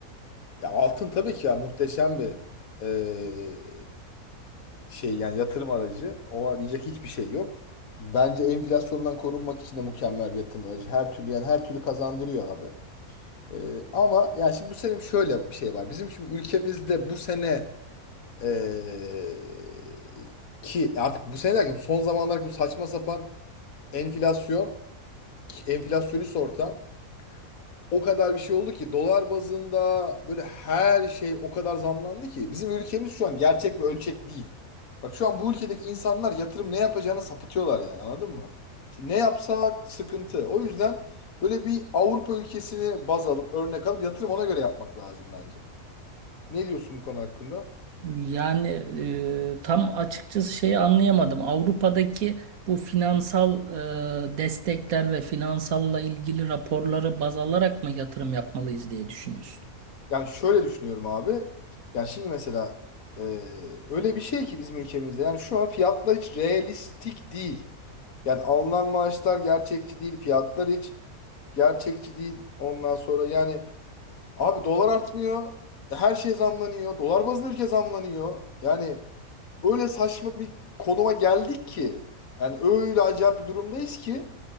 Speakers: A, on the left (about 65°); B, on the right (about 70°).
A: Ya altın tabii ki ya muhteşem bir eee, şey yani yatırım aracı. Ona diyecek hiçbir şey yok. Bence enflasyondan korunmak için de mükemmel bir yatırım aracı. Her türlü yani her türlü kazandırıyor abi. Eee, ama ya şimdi bu sene şöyle bir şey var. Bizim şimdi ülkemizde bu sene eee, ki artık bu sene derken son zamanlar bu saçma sapan enflasyon, enflasyonist ortam o kadar bir şey oldu ki dolar bazında böyle her şey o kadar zamlandı ki bizim ülkemiz şu an gerçek bir ölçek değil. Bak şu an bu ülkedeki insanlar yatırım ne yapacağını sapıtıyorlar yani anladın mı? Şu ne yapsak sıkıntı. O yüzden böyle bir Avrupa ülkesini baz alıp örnek alıp yatırım ona göre yapmak lazım bence. Ne diyorsun bu konu hakkında?
B: Yani e, tam açıkçası şeyi anlayamadım. Avrupa'daki bu finansal e, destekler ve finansalla ilgili raporları baz alarak mı yatırım yapmalıyız diye düşünüyorsun?
A: Yani şöyle düşünüyorum abi. Yani şimdi mesela e, öyle bir şey ki bizim ülkemizde yani şu an fiyatlar hiç realistik değil. Yani alınan maaşlar gerçekçi değil. Fiyatlar hiç gerçekçi değil. Ondan sonra yani abi dolar artmıyor. Her şey zamlanıyor. Dolar bazlı ülke zamlanıyor. Yani öyle saçma bir konuma geldik ki. Yani öyle acayip bir durumdayız ki.